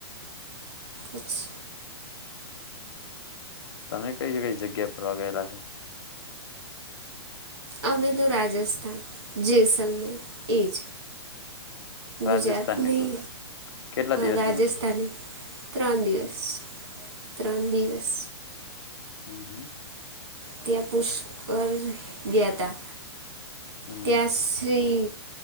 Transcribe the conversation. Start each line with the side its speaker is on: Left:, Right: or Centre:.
Right: અચછા
Left: તમે કઈ કઈ જગ્યા પર ગેલા છો?
Right: અમે તોું રાજસ્થાન જેસલમે એજ
Left: રાજસ્થાનની
Right: ગુજરાતની
Left: ટુર કેટલા દિવસની
Right: રાજસ્થની
Left: હતી
Right: ત્રણ દિવસ ત્રણ દિવસ
Left: હમ હમ.
Right: ત્યાં પુષ્કર ગયા તા
Left: હમ
Right: ત્યાસરી